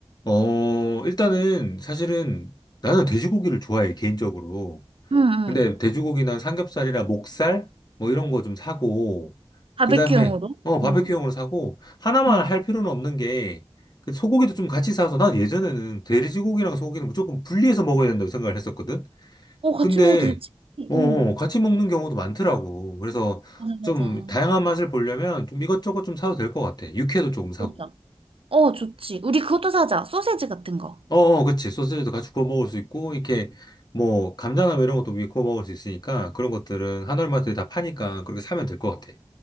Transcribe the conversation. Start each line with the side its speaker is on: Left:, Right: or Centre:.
Left: 음. 어, 일단은 사실은 나는 돼지고기를 좋아해, 개인적으로.
Right: 음,
Left: 근데
Right: 음.
Left: 돼지고기나 삼겹살이나 목살 뭐 이런 거 좀 사고,
Right: 바베큐용으로?
Left: 그 다음에 어, 바베큐용으로
Right: 음,
Left: 사고, 하나만
Right: 음.
Left: 할 필요는 없는 게, 그 소고기도 좀 같이 사서 난 예전에는 돼지고기랑 소고기는 무조건 분리해서 먹어야 된다고 생각을 했었거든?
Right: 어, 같이
Left: 근데
Right: 먹어도 되지.
Left: 어,
Right: 어,
Left: 어, 같이 먹는 경우도 많더라고. 그래서
Right: 맞아,
Left: 좀
Right: 맞아.
Left: 다양한 맛을 보려면 좀 이것저것 좀 사도 될 것 같아. 육회도 조금 사고.
Right: 그러자. 어, 좋지. 우리 그것도 사자. 소세지 같은 거.
Left: 어, 어, 그치. 소세지도 같이 구워 먹을 수 있고, 이렇게 뭐 감자나 뭐 이런 것도 위에 구워 먹을 수 있으니까 그런 것들은 한월마트에 다 파니까 그렇게 사면 될 것 같아.